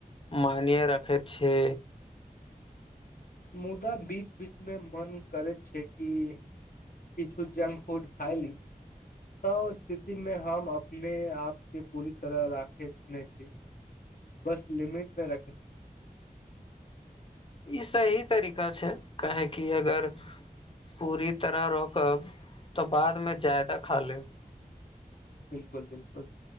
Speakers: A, on the left; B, on the left.
A: मानिय राखेत छै
B: मुदा बीच बीच मे मन करैत छै की किछ जंक फुड खायली त स्थिति मे हम अपने आप के पूरी तरह राखे ने छी बस लिमिट मे रख
A: ई सही तरीका छे काहे की अगर पूरी तरह रोकब त बादमे जायदा खा लेब
B: बिल्कुल बिल्कुल